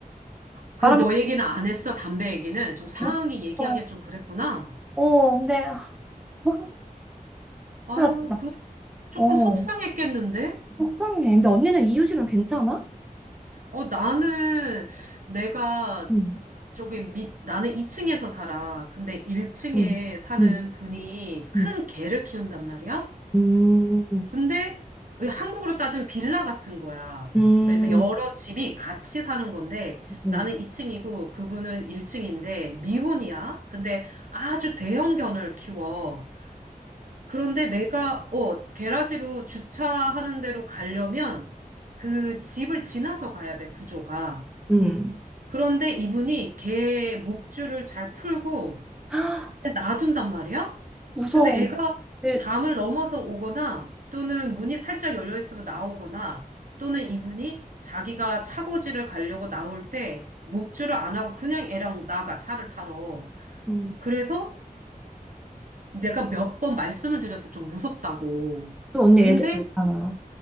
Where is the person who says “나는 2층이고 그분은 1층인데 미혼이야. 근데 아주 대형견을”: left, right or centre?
Right